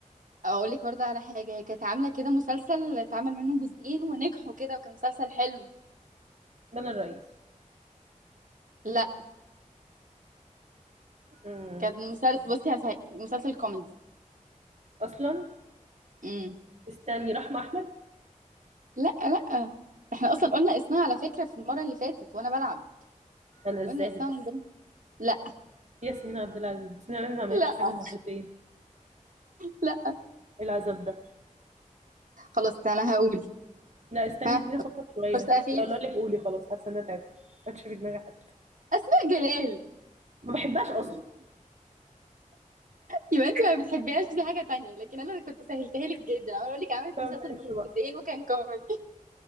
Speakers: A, on the right; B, on the right.
A: اقول لك برضه على حاجه هي كانت عامله كده مسلسل اتعمل منه جزئين ونجحوا كده وكان مسلسل حلو
B: بنا الرئيس
A: لا
B: مم.
A: كان مسلسل بصي هسه مسلسل كوميدي
B: اصلا
A: امم
B: استني رحمة أحمد
A: لا لا احنا اصلا قلنا اسمها على فكره في المره اللي فاتت وانا بلعب
B: أنا الزاهد
A: قلنا اسمها
B: بقى
A: من ضمن لا
B: ياسمين عبد العزيز ياسمين عبد العزيز ما عملتش
A: لا
B: حاجة مرتين إيه
A: لا
B: العذاب ده
A: خلاص انا هقول
B: لا استني
A: ها
B: سيبيني أفكر شوية
A: فرصه اخيره
B: لا لا لك قولي خلاص حاسة إن أنا تعبت ما عادش في دماغي حد
A: اسماء جلال
B: ما بحبهاش أصلا
A: يبقى انت ما بتحبيهاش دي حاجه تانية لكن انا كنت سهلتها لك جدا انا اقول لك عملت
B: فما
A: مسلسل
B: اعرفش بقى
A: جزئين وكان كوميدي